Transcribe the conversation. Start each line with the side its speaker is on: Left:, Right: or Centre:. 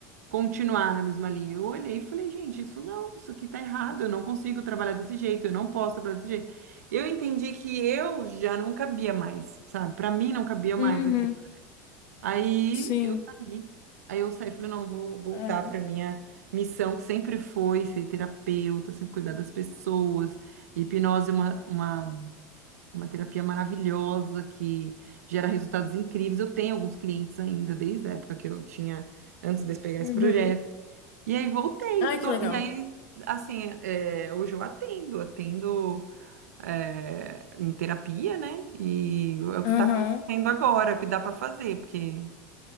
Right: continuar na mesma linha? Eu olhei e falei, gente, isso não, isso aqui tá errado, eu não consigo trabalhar desse jeito, eu não posso trabalhar desse jeito. Eu entendi que eu já não cabia mais, sabe? Para mim não cabia
Left: Uhum.
Right: mais aqui. Aí
Left: Sim.
Right: eu saí. Aí eu saí e falei, não, eu vou voltar
Left: É.
Right: para minha missão, que sempre foi ser terapeuta, sempre cuidar das pessoas. hipnose é uma, uma, uma terapia maravilhosa que gera resultados incríveis. Eu tenho alguns clientes ainda, desde a época que eu tinha, antes de eu pegar
Left: Uhum.
Right: esse projeto. E aí voltei.
Left: Ai,
Right: tô-
Left: que legal.
Right: e aí, assim, é, hoje eu atendo, atendo é, em terapia, né? E é o
Left: Uhum.
Right: que está acontecendo agora, o que dá para fazer, porque.